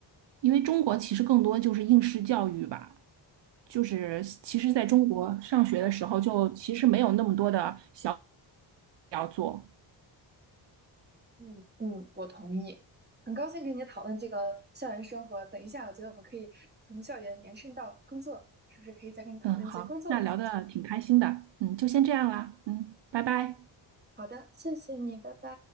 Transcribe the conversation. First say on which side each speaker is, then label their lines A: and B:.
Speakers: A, on the right; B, on the right.
A: 因为中国其实更多就是应试教育吧，
B: 啊，
A: 就是其实在中国上学的时候就其实没有那么多的小
B: 是的，
A: 要做，
B: 嗯嗯，我同意。很高兴跟你讨论这个校园生活。等一下，我觉得我们可以从校园延伸到工作，是不是可以再跟你讨论一些工作的事情？
A: 嗯，好，那聊的挺开心的，嗯，就先这样啦，嗯，
B: 嗯，
A: 拜拜。
B: 好的，谢谢你，拜拜。